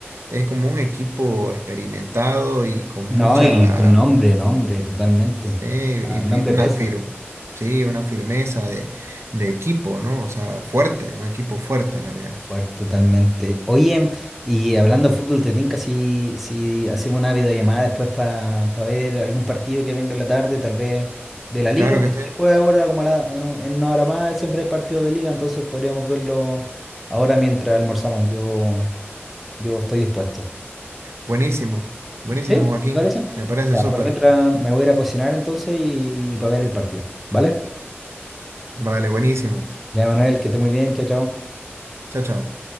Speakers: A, on the right; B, in the centre.
A: es como un equipo experimentado y con mucha,
B: No, y con nombre, nombre, totalmente.
A: eh,
B: O sea,
A: y fi-
B: el nombre
A: una
B: pesa.
A: fir- sí, una firmeza de, de equipo, ¿no? O sea, fuerte, un equipo fuerte en realidad.
B: Fuerte, totalmente. Oye, y hablando de fútbol, ¿te tinca si, si hacemos una videollamada después para ver algún partido que venga en la tarde, tal vez de la liga
A: Claro que
B: que
A: sí,
B: se juega ahora como a la- en, un- en una hora más? Siempre hay partido de liga, entonces podríamos verlo ahora mientras almorzamos. Yo. Yo estoy dispuesto.
A: buenísimo, buenísimo,
B: ¿Sí?
A: Joaquín,
B: ¿Te parece?
A: me parece
B: Ya,
A: súper.
B: por mientras me voy a ir a cocinar entonces y, y para ver el partido. ¿Vale?
A: Vale, buenísimo.
B: Ya, Manuel, que esté muy bien. Chao, chao.
A: Chao, chao.